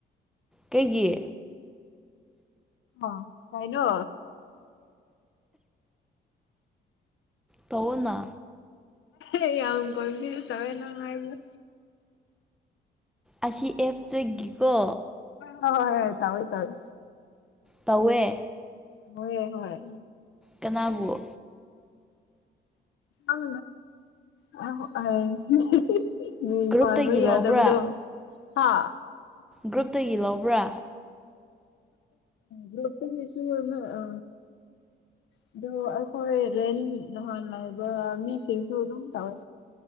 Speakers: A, in the centre; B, on the left.
A: ꯀꯩꯒꯤ
B: ꯑ ꯀꯥꯏꯅꯣ
A: ꯇꯧꯋ‌ꯣꯅꯥ
B: ꯑ ꯌꯥꯝ ꯀꯝꯕꯤ ꯇꯋꯦꯅꯪꯉꯥꯏꯕ
A: ꯑꯁꯤ ꯑꯦꯞ ꯇꯒꯤꯀꯣ
B: ꯍ‌ꯣꯏ ꯍꯣꯏ ꯇꯧꯋꯤ ꯇꯧꯋꯤ
A: ꯇꯋꯦ
B: ꯍꯣꯏꯌ‌ꯦ ꯍꯣꯏ
A: ꯀꯅꯥꯕꯨ
B: ꯑꯝ ꯈꯪꯊꯔ‌ꯦ <unintelligible> ꯃꯤꯡ
A: ꯒ꯭ꯔꯨꯞꯇꯒꯤ
B: ꯄꯜꯕ ꯌꯥꯗꯕꯗ‌ꯣ
A: ꯂꯧꯕ꯭ꯔꯥ
B: ꯍꯥ
A: ꯒ꯭ꯔꯨꯞꯇꯒꯤ ꯂꯧꯕ꯭ꯔꯥ
B: ꯒ꯭ꯔꯨꯄꯇꯒꯤꯁꯨ ꯂꯧ ꯑ ꯑꯗꯨ ꯑꯩꯈꯣꯏ ꯔꯦꯂꯤ ꯅꯍꯥꯟ ꯂꯩꯏꯕ ꯃꯤꯁꯤꯡꯁꯨ ꯑꯗꯨꯝ ꯇꯧꯋꯦ